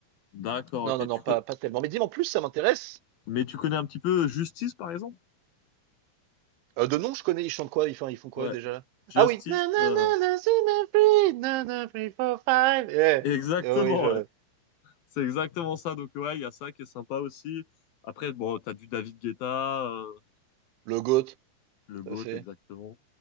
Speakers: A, on the left; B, on the right.
A: d'accord,
B: Non,
A: ok.
B: non, non,
A: Tu
B: pas,
A: co-
B: pas tellement. Mais dis-moi en plus, ça m'intéresse.
A: Mais tu connais un petit peu Justice, par exemple?
B: Euh, de nom, je connais, ils chantent quoi? Ils font, ils font quoi
A: Ouais,
B: déjà?
A: Justice,
B: Ah oui! Na, na, na,
A: euh,
B: na, na, free, na, na, free, four, five. Eh,
A: <laughs> exactement,
B: eh oui, je...
A: ouais. C'est exactement ça. Donc, ouais, il y a ça qui est sympa aussi. Après, bon, t'as du David Guetta, euh,
B: Le GOAT,
A: le
B: tout
A: GOAT,
B: à fait.
A: exactement.